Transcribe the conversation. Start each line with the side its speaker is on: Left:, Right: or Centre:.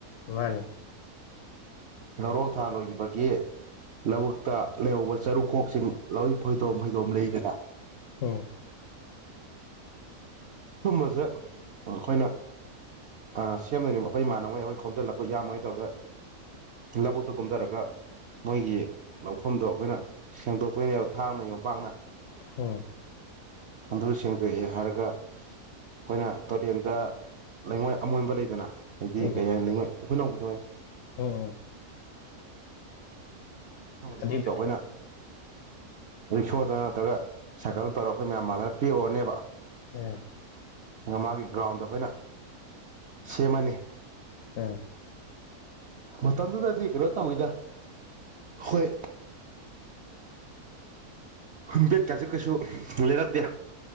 Left: ꯃꯥꯅꯦ
Right: ꯂꯧꯔꯣꯛ ꯊꯥ ꯂꯣꯏꯈꯤꯕꯒꯤ ꯂꯧꯛ ꯇ ꯂꯩꯍꯧꯕ ꯆꯔꯨꯈꯣꯛꯁꯤꯡ ꯂꯣꯏ ꯐꯣꯏꯗꯣꯝ ꯐꯩꯗꯣꯝ ꯂꯩꯗꯅ
Left: ꯎꯝ
Right: ꯁꯒꯨꯝꯕꯁꯦ ꯑꯩꯈꯣꯏꯅ ꯑ ꯁꯦꯝꯗꯣꯏꯅꯦꯕ ꯑꯩꯈꯣꯏ ꯃꯥꯟꯅꯕꯉꯩ ꯑꯩꯈꯣꯏ ꯈꯣꯝꯖꯤꯜꯂꯛꯄ ꯌꯥꯝꯃꯉꯩ ꯇꯧꯔꯒ ꯂꯧꯕꯨꯛꯇ ꯀꯨꯝꯊꯔꯒ ꯃꯣꯏꯒꯤ ꯂꯧꯐꯝꯗꯣ ꯑꯩꯈꯣꯏꯅ ꯁꯦꯡꯗꯣꯛꯄꯩꯅꯦꯕ ꯊꯥꯡꯅ ꯌꯣꯝꯄꯥꯛꯅ
Left: ꯍꯝ
Right: ꯍꯨꯟꯗ꯭ꯔ ꯁꯦꯡꯗꯣꯛꯑꯦ ꯍꯥꯏꯔꯒ ꯑꯩꯈꯣꯏꯅ ꯇꯨꯔꯦꯜꯗ ꯂꯩꯉꯣꯏ ꯑꯃꯣꯟꯕ ꯂꯩꯗꯅ ꯍꯥꯏꯗꯤ
Left: ꯎꯝ
Right: ꯀꯩ ꯍꯥꯏꯅꯤꯉ ꯎꯈꯠ ꯍꯧꯕꯗꯣ ꯑꯣꯏ
Left: ꯎꯝ
Right: ꯑꯗꯨꯅꯦꯗꯣ
Left: ꯑꯗꯨꯏꯗꯨꯅꯤ
Right: ꯑꯩꯈꯣꯏꯅ ꯔꯤꯛꯁꯣꯗ ꯅꯠꯇ꯭ꯔꯒ ꯁꯥꯏꯀꯜꯗ ꯇꯧꯔꯒ ꯑꯩꯈꯣꯏ ꯃꯌꯥꯝ ꯃꯥꯟꯅꯔ ꯄꯤꯛꯎꯔꯅꯦꯕ
Left: ꯎꯝ
Right: ꯑꯗꯨꯒ ꯃꯥꯒꯤ ꯒ꯭ꯔꯥꯎꯟꯗ ꯑꯩꯈꯣꯏꯅ ꯁꯦꯝꯃꯅꯤ
Left: ꯎꯝ
Right: ꯃꯇꯝꯗꯨꯗꯗꯤ ꯀꯩꯅꯣ ꯇꯧꯋꯤꯗ ꯍꯣꯏ ꯍꯄꯦꯠꯀꯥꯁ ꯀꯩꯁꯨ ꯂꯩꯔꯛꯇꯦ